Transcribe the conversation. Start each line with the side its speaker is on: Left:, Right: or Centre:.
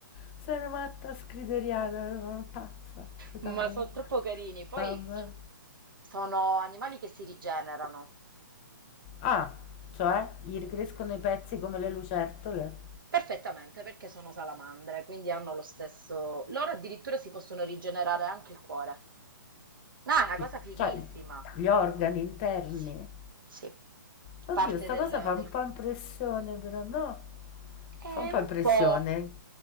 Left: Sei una matta scriteriata, una pazza totale.
Right: ma sono troppo carini. Poi
Left: Vabbè.
Right: sono animali che si rigenerano.
Left: Ah, cioè, gli ricrescono i pezzi come le lucertole?
Right: Perfettamente, perché sono salamandre, quindi hanno lo stesso... Loro addirittura si possono rigenerare anche il cuore. No, è una
Left: Il
Right: cosa
Left: cu-
Right: fighissima.
Left: cioè, gli organi interni?
Right: Sì. sì.
Left: Oddio,
Right: Parte
Left: sta
Right: del,
Left: cosa fa
Right: del-
Left: un po' impressione, però no?
Right: è
Left: Fa un po'
Right: un
Left: impressione.
Right: po',